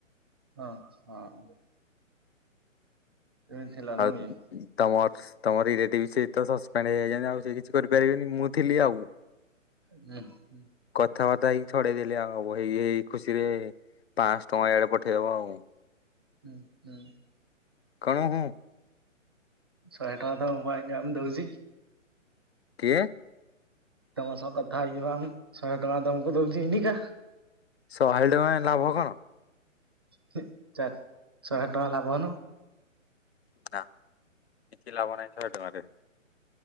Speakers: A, on the right; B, on the left.
A: ହଁ ହଁ। ଏମିତି ଥିଲା ନା
B: ଆଉ
A: କି?
B: ତମର। ତମ ରିଲେଟିଭ ସେ ତ ସସପେଣ୍ଡ ହେଇଯାଇଛନ୍ତି ଆଉ ସେ କିଛି କରିପାରିବେନି ମୁଁ ଥିଲି ଆଉ।
A: ହୁଁ ହୁଁ।
B: କଥାବାର୍ତ୍ତା ହେଇକି ଛଡେଇ ଦେଲି ଆଉ ହେଇ ଏଇ ଖୁସିରେ ପାଂଶହ ଟଙ୍କା ଆଡେ ପଠେଇଦବ ଆଉ।
A: ହୁଁ ହୁଁ।
B: କଣ ହୁଁ।
A: ଶହେ ଟଙ୍କା ତ ମୋ ପାଇଁ ନିଅ ଦଉଚି।
B: କିଏ?
A: ତମ ସହ କଥା ହେଇକି ପା ମୁଁ ଶହେ ଟଙ୍କା ତମକୁ ଦଉଚି ନି କା।
B: ଶହେ ଟଙ୍କା ଲାଭ କଣ?
A: ଚାରି ଶହେ ଟଙ୍କା ଲାଭ ନୁହ।
B: ନା କିଛି ଲାଭ ନାହିଁ ଶହେ ଟଙ୍କାରେ।